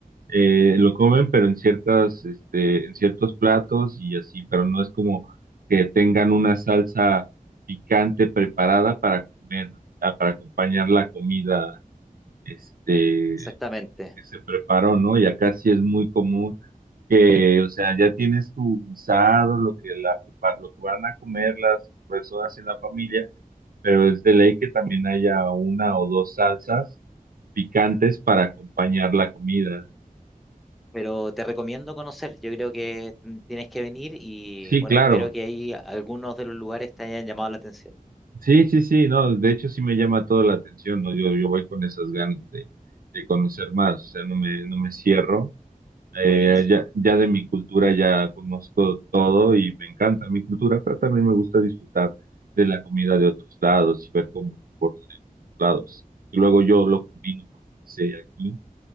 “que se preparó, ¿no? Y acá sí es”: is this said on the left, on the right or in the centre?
Right